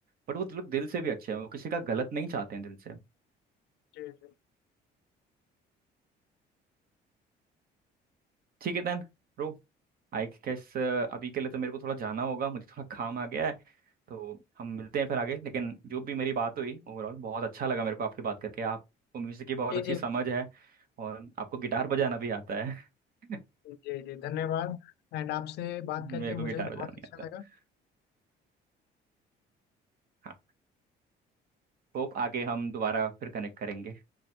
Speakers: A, on the right (about 55°); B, on the left (about 65°).
A: बट वो लोग दिल से भी अच्छे हैं वो किसी का गलत नहीं चाहते हैं दिल से
B: जी जी
A: ठीक है देन ब्रो आई गेस अभी के लिए तो मेरे को थोड़ा जाना होगा मुझे थोड़ा काम आ गया है तो हम मिलते हैं फिर आगे लेकिन जो भी मेरी बात हुई ओवरऑल बहुत अच्छा लगा मेरे को आपकी बात करके आपको म्यूजिक की बहुत
B: जी
A: अच्छी
B: जी
A: समझ है और आपको गिटार बजाना भी आता है <laughs>
B: जी जी धन्यवाद एंड आपसे बात करके
A: मेरे को गिटार
B: मुझे भी बहुत
A: बजाना नहीं
B: अच्छा
A: आता है
B: लगा
A: हाँ होप आगे हम दोबारा फिर कनेक्ट करेंगे